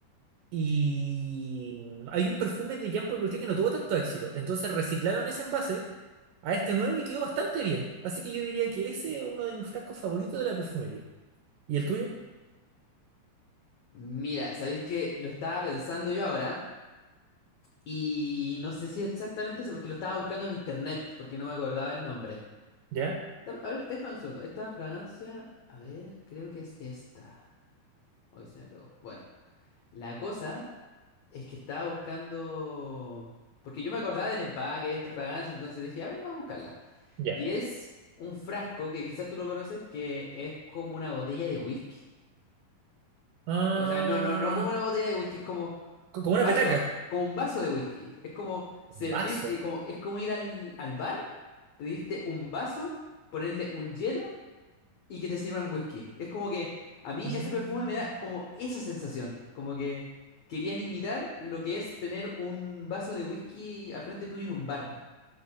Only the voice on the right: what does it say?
Y hay un perfume de Jean Paul Gaultier que no tuvo tanto éxito. Entonces reciclaron ese envase a este nuevo y quedó bastante bien. Así que yo diría que ese es uno de mis frascos favoritos de la perfumería. ¿Y el tuyo?
¿Ya?
Ya.
Ah,
co- como
una
petaca.
Un vaso.
Mm,